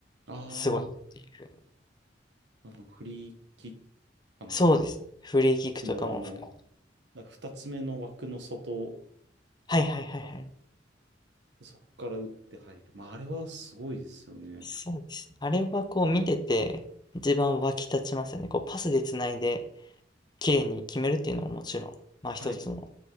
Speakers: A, on the right; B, on the left.
A: あ
B: すごいなっていうふうに。
A: あ、あの、フリーキッあの、
B: そうですね。フリーキックとかも含
A: の、あの、なんか二つ目の枠の外、
B: はいはいはいはい。
A: あそこから打って入る。まあ、あれはすごいですよね。
B: そうですね。あれはこう見てて一番湧き立ちますよね。こうパスでつないで綺麗に決めるっていうのはもちろん、まあ一つの
A: はい。